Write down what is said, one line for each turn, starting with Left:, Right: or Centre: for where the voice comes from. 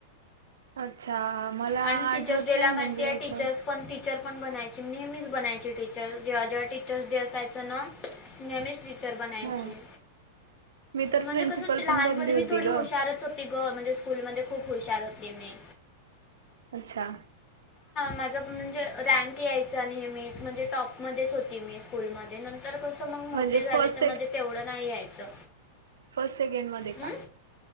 Right: अच्छा! मला
Left: आणि
Right: आठवत
Left: टीचर्स डेला
Right: नाही
Left: माहिती
Right: म्हणजे
Left: आहे
Right: असं
Left: टीचर्स पण टीचर पण बनायची नेहमीच बनायची टीचर जेव्हा जेव्हा टीचर्स डे असायचं न. नेहमीच टीचर बनायची.
Right: ह मी तर
Left: म्हणजे
Right: प्रिन्सिपल
Left: कसं लहानपणी
Right: पण बनली होती
Left: मी थोडी
Right: ग
Left: हुशारच होती ग, म्हणजे स्कूलमध्ये खुप हुशार होती मी.
Right: अच्छा!
Left: माझ म्हणजे रँक यायचा नेहमीच म्हणजे टॉपमध्येच होती मी स्कूलमध्ये नंतर तर कसं मग
Right: म्हणजे
Left: मोठी झाले
Right: फर्स्ट
Left: तर म्हणजे तेवढं नाही यायचं.
Right: फस्ट सेकंड मध्ये
Left: हं?
Right: का?